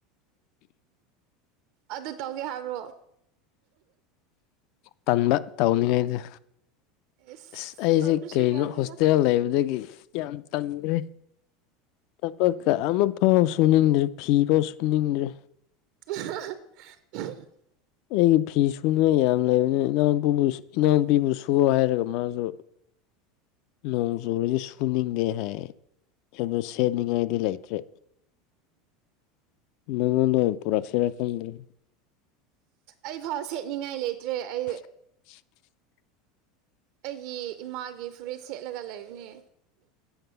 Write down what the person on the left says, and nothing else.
ꯇꯟꯕ ꯇꯧꯅꯤꯡꯉꯥꯏꯗꯣ
ꯑꯁ ꯑꯩꯖꯦ
ꯀꯔꯤꯅꯣ
ꯍꯣꯁꯇꯦꯜ ꯂꯩꯕꯗꯒꯤ ꯌꯥꯝ ꯇꯟꯒꯔ꯭ꯦ ꯊꯕꯛꯀ ꯑꯃꯐꯥꯎ ꯁꯨꯅꯤꯡꯗ꯭ꯔꯦ ꯐꯤꯐꯥꯎ ꯁꯨꯅꯤꯡꯗ꯭ꯔꯦ
ꯑꯩꯒꯤ ꯐꯤ ꯁꯨꯅꯉꯥꯏ ꯌꯥꯝ ꯂꯩꯕꯅꯦ ꯏꯅꯥꯎꯅꯨꯄꯨꯕꯨ ꯏꯅꯥꯎꯅꯨꯄꯤꯕꯨ ꯁꯨꯌꯣ ꯍꯥꯏꯔꯒ ꯃꯥꯁꯨ ꯅꯣꯡꯆꯨꯔꯗꯤ ꯁꯨꯅꯤꯡꯗꯦ ꯍꯥꯏ ꯑꯗꯨ ꯁꯦꯠꯅꯤꯡꯉꯥꯏꯗꯤ ꯂꯩꯇ꯭ꯔꯦ ꯅꯪꯉꯣꯟꯅꯣ ꯄꯨꯔꯛꯁꯤꯔꯥ ꯈꯪꯗꯔ꯭ꯦ
<inaudible>